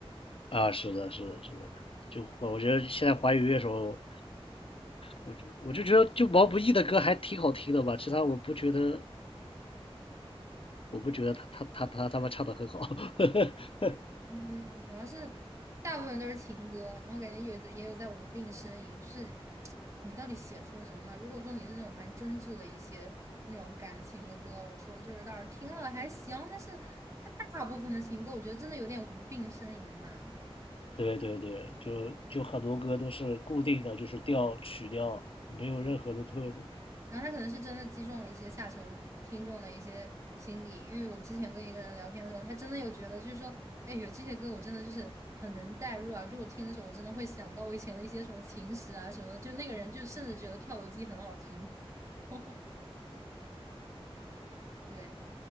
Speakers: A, on the left; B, on the right.
A: 啊，是的，是的，是的，就我我觉得现在华语乐手，我就我就觉得就毛不易的歌还挺好听的吧，其他我不觉得，我不觉得他他他他他们唱的很好，<laughs>
B: 嗯，主要是大部分都是情歌，然后感觉有也有在无病呻吟，就是你到底写出了什么呢？如果说你是那种蛮真挚的一些那种感情的歌，我说就是倒是听了还行，但是它大部分的情歌，我觉得真的有点无病呻吟呢。
A: 对对对，就就很多歌都是固定的，就是调曲调，没有任何的特色。
B: 然后他可能是真的击中了一些下沉听众的一些心理，因为我之前跟一个人聊天的时候，他真的有觉得就是说，哎，有这些歌我真的就是很能代入啊，就我听的时候我真的会想到我以前的一些什么情史啊什么的，就那个人就甚至觉得跳楼机很好听。<laughs> 对，